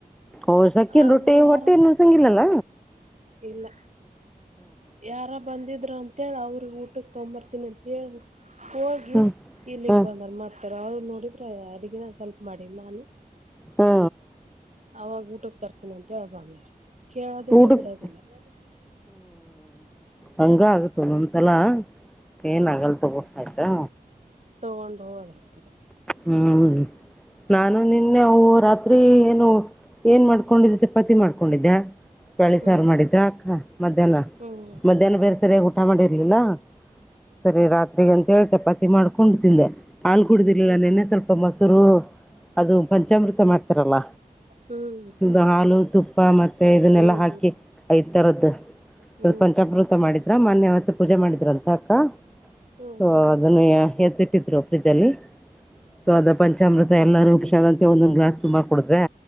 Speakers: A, in the centre; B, on the right (about 50°).
A: ಹೌ ಸಕನ್
B: ಅದು
A: ರೊಟ್ಟಿ
B: ಯಾರ
A: ಹೊಟ್ಟೆನ್ನು ಸಂಗಿಲ್ಲಲ್ಲ
B: ಇಲ್ಲ ಯಾರ ಬಂದಿದ್ರ ಅಂತೇಳ ಅವ್ರ ಊಟಕ್ಕೆ ತಗೊಂಬರ್ತೀನಿ ಅಂತ ಹೇಳ ಹೋಗಿ
A: ಹ್ಞೂ
B: ಇಲ್ಲಿಗೆ
A: ಹ್ಞೂ
B: ಬಂದರು ಮತ್ತೆ ಅವ್ರು ನೋಡಿದ್ರೆ ಅಡಗಿನ ಸ್ವಲ್ಪ ಮಾಡಿಲ್ಲ ನಾನು
A: ಹಾ
B: ಅವಾಗ ಊಟಕ್ ತರ್ತೀನಿ ಅಂತೇಳ್ ಬಂದ ಕೇಳದಿಲ್ಲ
A: ಊಟಕ್ಕೆ
B: ಬಿಡದಿಲ್ಲ <unintelligible>
A: ಹಂಗ ಆಗುತ್ತಲ್ಲೊಂತಲ ಏನು ಆಗಲ್ ತಗೋ ಆಯ್ತಾ
B: ತಗೊಂಡಬೋದು <unintelligible>
A: ಹ್ಮ್ ನಾನು ನಿನ್ನೆ ಅವು ರಾತ್ರಿ ಏನು ಏನ್ ಮಾಡ್ಕೊಂಡಿದ್ದ ಚಪಾತಿ ಮಾಡ್ಕೊಂಡಿದ್ದ್ಯಾ ಬೆಳಿ
B: ಹ್ಮ್
A: ಸಾರು ಮಾಡಿದ್ರ ಅಕ್ಕ ಮಧ್ಯಾಹ್ನ
B: ಹ್ಮ್
A: ಮಧ್ಯಾಹ್ನ ಬೇರೆ ಸರಿಯಾಗಿ ಊಟ ಮಾಡಿರ್ಲಿಲ್ಲ ಸರಿ ರಾತ್ರಿಗ ಅಂತೇಳಿ ಚಪಾತಿ ಮಾಡ್ಕೊಂಡು ತಿಂದೆಕ ಕುಡುದಿರ್ಲಿಲ್ಲ
B: ಹ್ಮ್
A: ನಿನ್ನೆ ಸ್ವಲ್ಪ ಮೊಸರು ಅದು ಪಂಚಾಮೃತ ಮಾಡ್ತಾರಲ್ಲ
B: ಹ್ಮ್
A: ಇದು ಹಾಲು ತುಪ್ಪ ಮತ್ತೆ ಇದನ್ನೆಲ್ಲ
B: ಹ್ಮ್
A: ಹಾಕಿ ಐ ತರದ್ದು
B: ಹ್ಮ್
A: ಸ್ವಲ್ಪ ಪಂಚಾಮೃತ ಮಾಡಿದ್ರ ಮೊನ್ನೆ ಅವತ್ತು ಪೂಜೆ ಮಾಡಿದ್ರ ಅಂತ ಅಕ್ಕ
B: ಹ್ಮ್
A: ಸೊ
B: ಹ್ಮ್ ಹ್ಮ್ ಹ್ಮ್ ಹ್ಮ್ ಹ್ಮ್
A: ಅದನ್ನು ಎದತ್ತಿಟ್ಟಿದ್ರು ಫ್ರಿಜಲ್ಲಿ ಸೊ ಅದ ಪಂಚಾಮೃತ ಎಲ್ಲಾರೂಕ್ಷಂತೆ ಒಂದೊಂದ ಗ್ಲಾಸ್ ತುಂಬಾ ಕುಡ್ರೆ